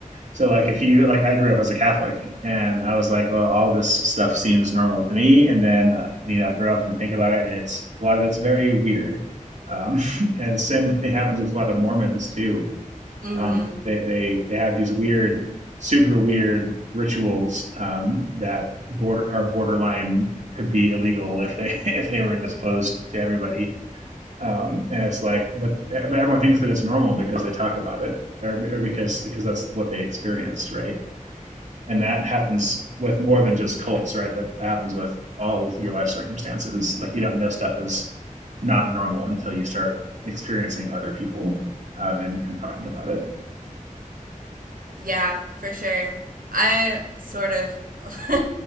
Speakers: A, on the right; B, on the right.
A: So, like, if you, like, I grew up as a Catholic and I was like, well, all this stuff seems normal to me. And then, uh, you know, I grow up and think about it and it's, a lot of it's very weird. Um, <laughs> and same thing happens with a lot of Mormons too
B: hmm
A: um, they, they they have these weird, super weird rituals um, that border are borderline could be illegal if they <laughs> if they were disclosed to everybody. Um, and it's like, but everyone thinks that it's normal because they talk about it, or, or because because that's what they experienced, right? And that happens with more than just cults, right? That happens with all of your life circumstances. Like you don't know stuff is not normal until you start experiencing other people um, and, and talking about it.
B: Yeah, for sure. I sort of, <laughs>